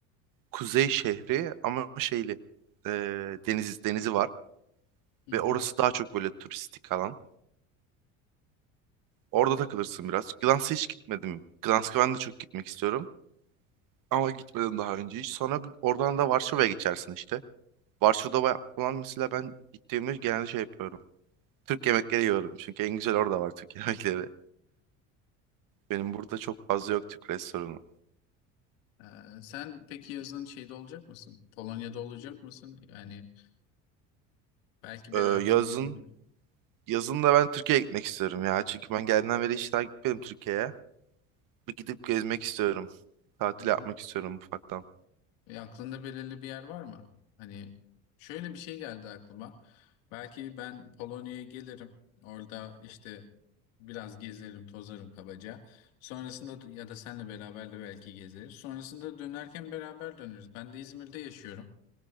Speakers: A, on the right; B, on the left.
A: kuzey şehri ama şeyli e, deniz denizi var
B: Hı hı.
A: ve orası daha çok böyle turistik alan. Orada takılırsın biraz. Gdansk'a hiç gitmedim. Gdansk'a ben de çok gitmek istiyorum ama gitmedim daha önce hiç. Sonra bir- oradan da Varşova'ya geçersin işte. Varşova'da ba- falan mesela ben gittiğimde genelde şey yapıyorum. Türk yemekleri yiyorum çünkü en güzel orada var Türk <laughs> yemekleri. Benim burada çok fazla yok Türk restoranı.
B: Ee, sen peki yazın şeyde olacak mısın? Polonya'da olacak mısın? Yani belki beraber
A: Ee, yazın
B: gidebiliriz.
A: yazın da ben Türkiye'ye gitmek istiyorum ya. Çünkü ben geldiğimden beri hiç daha gitmedim Türkiye'ye. Bir gidip gezmek istiyorum. Tatil
B: O zaman-
A: yapmak istiyorum ufaktan.
B: E, aklında belirli bir yer var mı? Hani şöyle bir şey geldi aklıma. Belki ben Polonya'ya gelirim. Orada işte biraz gezerim, tozarım kabaca. Sonrasında d- ya da senle beraber de belki gezeriz. Sonrasında dönerken beraber döneriz. Ben de İzmir'de yaşıyorum.